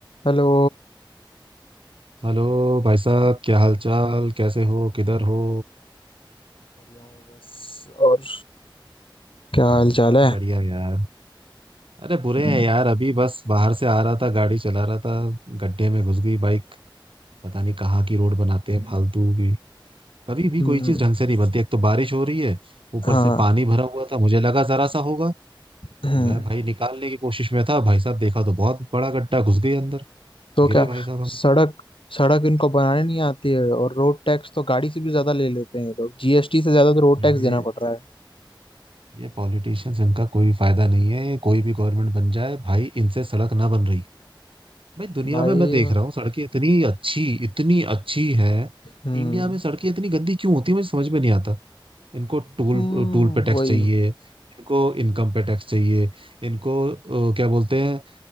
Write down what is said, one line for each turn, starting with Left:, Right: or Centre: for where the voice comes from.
Left: Hello
Right: Hello भाई साहब क्या हाल चाल कैसे हो किधर हो
Left: बढ़िया हूँ बस और क्या हाल चाल
Right: बस
Left: है
Right: बढ़िया यार अरे बुरे
Left: हम्म,
Right: हैं यार अभी बस बाहर से आ रहा था गाड़ी चला रहा था गड्ढे में घुस गई बाइक पता नहीं कहाँ की रोड बनाते हैं फालतू की कभी भी
Left: हम्म
Right: कोई चीज
Left: ठीक
Right: ढंग से नहीं बनती एक तो बारिश हो रही है ऊपर
Left: हाँ
Right: से पानी भरा हुआ था मुझे लगा जरा सा होगा
Left: है। हम्म
Right: मैं भाई निकालने की कोशिश में था भाई साहब देखा तो बहुत बड़ा गड्ढा घुस गई अंदर
Left: तो
Right: गिरे
Left: क्या
Right: भाई साहब हम
Left: सड़क सड़क इनको बनाने नहीं आती है और रोड टैक्स तो गाड़ी से भी ज्यादा ले लेते हैं ये लोग जीएसटी से ज्यादा तो रोड टैक्स
Right: ये
Left: देना पड़ रहा है
Right: ये पॉलिटिशियंस इनका कोई फायदा नहीं है ये कोई भी गवर्नमेंट बन जाए भाई इनसे सड़क ना बन रही भाई दुनिया
Left: भाई
Right: में मैं देख रहा हूँ सड़कें इतनी अच्छी इतनी अच्छी हैं
Left: हम्म
Right: इंडिया में सड़कें इतनी गंदी क्यों होती है मुझे समझ में नहीं आता इनको टूल
Left: हम्म,
Right: टूल पे टैक्स
Left: वही
Right: चाहिए इनको इनकम पे टैक्स चाहिए इनको अ, क्या बोलते हैं